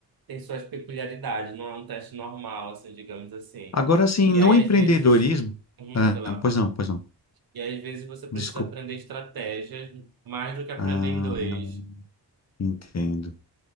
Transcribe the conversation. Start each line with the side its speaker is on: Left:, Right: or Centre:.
Right: tem suas peculiaridades, não é um teste normal, assim, digamos assim.
Left: Agora, assim,
Right: E
Left: no
Right: aí,
Left: empreendedorismo.
Right: às vezes, hum,
Left: Ah,
Right: diga lá.
Left: pois não, pois não.
Right: E aí, às vezes você precisa
Left: Desculpa.
Right: aprender estratégias mais do que aprender
Left: Ah,
Right: inglês.
Left: entendo.